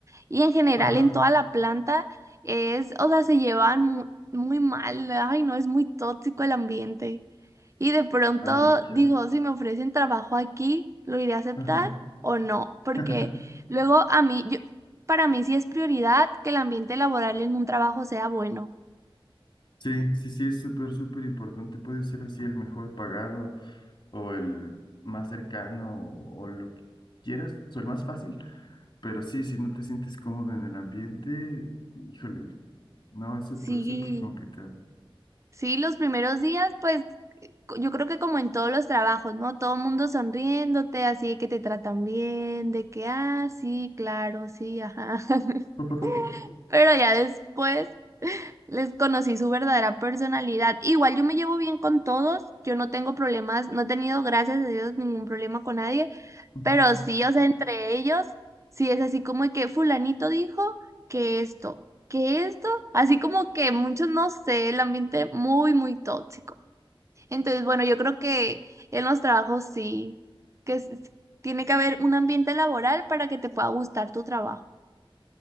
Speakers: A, on the right; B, on the left.
A: y en general
B: ajá.
A: en toda la planta es, o sea, se llevan mu- muy, mal. Ay, no, es muy tóxico el ambiente. Y de pronto
B: Ah, chale.
A: digo, si me ofrecen trabajo aquí, ¿lo iré a aceptar
B: Ajá.
A: o no? Porque
B: <laughs>
A: luego a mí, yo- para mí sí es prioridad que el ambiente laboral en un trabajo sea bueno.
B: Sí, sí, sí, es súper, súper importante. Puede ser así el mejor pagado o el más cercano o, o lo que quieras o el más fácil. Pero sí, si no te sientes cómodo en el ambiente, híjole, no, es súper,
A: Sí,
B: súper complicado.
A: sí, los primeros días, pues yo creo que como en todos los trabajos, ¿no? Todo el mundo sonriéndote, así de que te tratan bien, de que, ah, sí, claro, sí, ajá. <laughs>
B: <laughs>
A: Pero ya después les conocí su verdadera personalidad. Igual yo me llevo bien con todos, yo no tengo problemas, no he tenido, gracias a Dios, ningún problema con nadie,
B: Ujú.
A: pero sí, o sea, entre ellos, sí es así como de que fulanito dijo que esto, que esto, así como que muchos, no sé, el ambiente muy, muy tóxico. Entonces, bueno, yo creo que en los trabajos sí, que es- tiene que haber un ambiente laboral para que te pueda gustar tu trabajo.